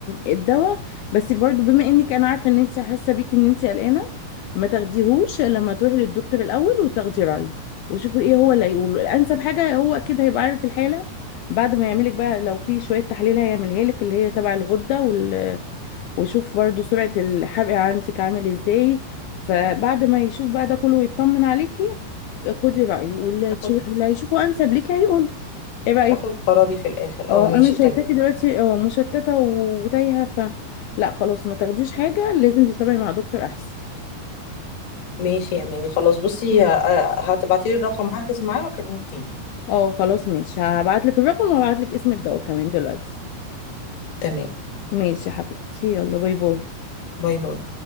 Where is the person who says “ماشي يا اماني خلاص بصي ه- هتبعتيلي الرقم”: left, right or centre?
Left